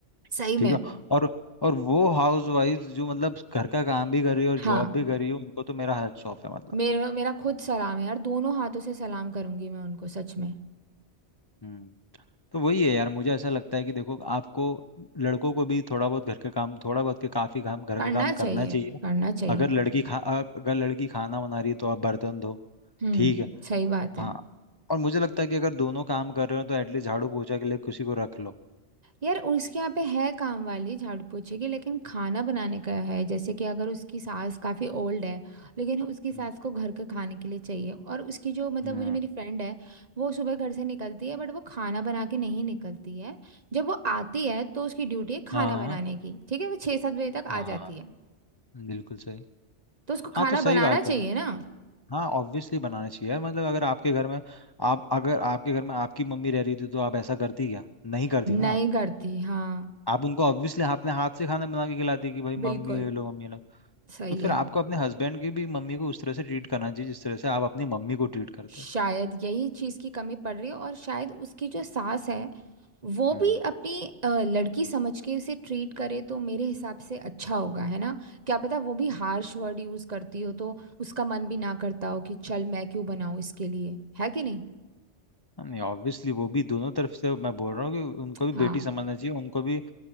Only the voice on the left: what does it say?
ठीक
है और और वो हाउस वाइफ जो मतलब घर का काम भी कर रही है और
जॉब भी कर रही है उनको तो मेरा हैट्स ऑफ है मतलब
हम्म तो वही है यार मुझे ऐसा लगता है कि देखो आपको लड़कों को भी थोड़ा बहुत घर का काम थोड़ा बहुत के काफी काम घर
का काम
करना चाहिए
अगर
लड़की खा अगर लड़की खाना बना रही है तो आप बर्तन धो
ठीक है
हाँ और मुझे लगता है कि अगर दोनों काम कर रहे हो तो एटलीस्ट झाड़ू पोछा के लिए किसी को रख लो
हम्म
हम्म,
हाँ
हाँ
बिल्कुल सही
हाँ
तो सही
बात है
हाँ ऑब्वियसली बनाना चाहिए यार मतलब अगर आपके घर में आप अगर आपके घर में आपकी मम्मी रह रही थी तो आप ऐसा करती क्या नहीं करती
ना आप
आप उनको ऑब्वियसली अपने हाथ से खाना बना के खिलाती कि भाई
मम्मी ले लो मम्मी ले लो
तो फिर
आपको अपने हस्बैंड की भी मम्मी को उस तरह से ट्रीट करना चाहिए जिस तरह से आप अपनी मम्मी को ट्रीट करते
हैं
हम्म
हाँ, नहीं ऑब्वियसली वो भी दोनों तरफ से मैं बोल रहा हूँ कि उनको भी
बेटी समझना चाहिए उनको भी